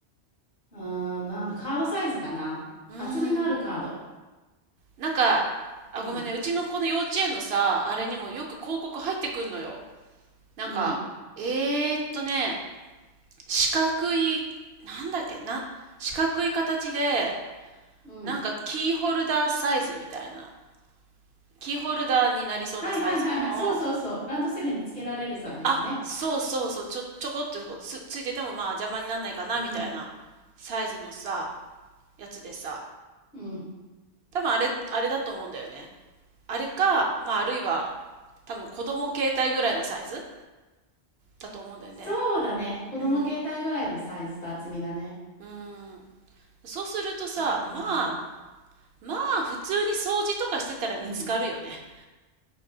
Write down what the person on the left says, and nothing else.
うーん、なんだ、カードサイズかな。
厚みのあるカード。
うん。
うん。
うん。
はいはいはいはい。そうそうそう。ランドセルにつけられるサイズね。
うん。
うん。
そうだね。子供携帯ぐらいのサイズと厚みだね。
そうそうそう。
うん。